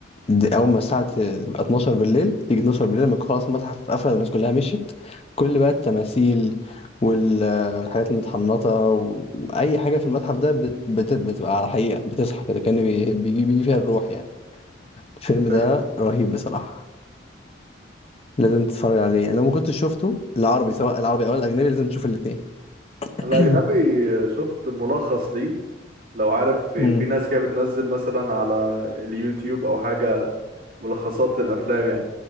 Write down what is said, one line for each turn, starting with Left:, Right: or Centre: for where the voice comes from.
Left: دي اول ما الساعه ت- تبقى 12 بالليل تيجي 12 بالليل لما يكون خلاص المتحف قفل والناس كلها مشيت كل بقى التماثيل وال- والحاجات المتحنطه و- واي حاجه في المتحف ده بت- بت-
Right: مم.
Left: بتبقى على حقيقه بتصحى كده كأن بي- بيجي بيجي فيها الروح يعني الفيلم ده
Right: أيوة.
Left: رهيب بصراحه لازم تتفرج عليه لو ما كنتش شفته العربي سواء العربي او الاجنبي لازم تشوف الاثنين
Right: الأجنبي
Left: <clears throat>
Right: شفت ملخص ليه لو عارف في
Left: امم
Right: في ناس كده بتنزل مثلا على اليوتيوب أو حاجة ملخصات للأفلام يعني